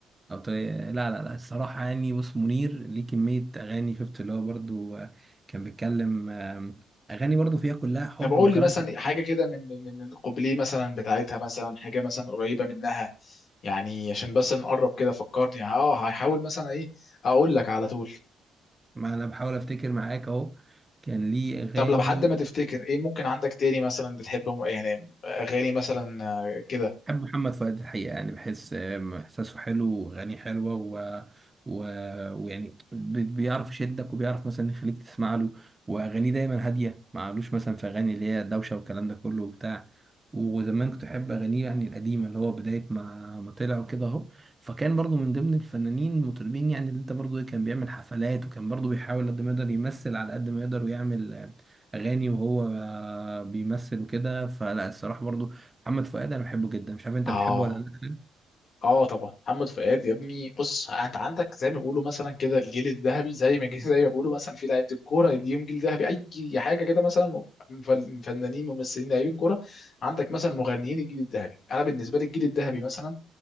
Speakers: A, on the right; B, on the left.
A: أو ت- لا لا لا الصراحة يعني بص منير ليه كمية أغاني شفت اللي هو برضو آه، كان بيتكلم آم، أغاني برضو فيها كلها حب
B: طب قول
A: وكلام
B: لي مثلا
A: <laughs>
B: حاجه
A: ده.
B: كده من من من القبليه مثلا بتاعتها مثلا حاجه مثلا قريبه منها يعني عشان بس نقرب كده فكرني اه هحاول مثلا ايه اقول لك على طول
A: ما أنا بحاول أفتكر معاك أهو كان ليه أغاني
B: طب لو حد ما تفتكر ايه ممكن عندك تاني مثلا بتحب م- يعني اغاني مثلا آه، كده
A: بحب محمد فؤاد الحقيقة يعني بحس آم، إحساسه حلو وأغانيه حلوة و... و... ويعني بي- بيعرف يشدك وبيعرف مثلا يخليك تسمع له وأغانيه دايما هادية ما عملوش مثلا في أغاني اللي هي دوشة والكلام ده كله وبتاع وزمان كنت أحب أغانيه يعني القديمة اللي هو بداية ما ما طلع وكده أهو فكان برضو من ضمن الفنانين المطربين يعني اللي أنت برضو إيه كان بيعمل حفلات وكان برضو بيحاول قد ما يقدر يمثل على قد ما يقدر ويعمل آه، أغاني وهو آه، بيمثل وكده فلا الصراحة برضو محمد فؤاد انا بحبه جدا مش عارف انت
B: اه
A: بتحبه ولا لا
B: اه طبعا محمد فؤاد يا ابني بص انت عندك زي ما بيقولوا مثلا كده الجيل الذهبي زي ما <laughs> زي ما بيقولوا مثلا في لعيبه الكوره ليهم جيل ذهبي اي حاجه كده مثلا فل- فنانين ممثلين لاعبين كوره عندك مثلا مغنيين الجيل الذهبي انا بالنسبه لي الجيل الذهبي مثلا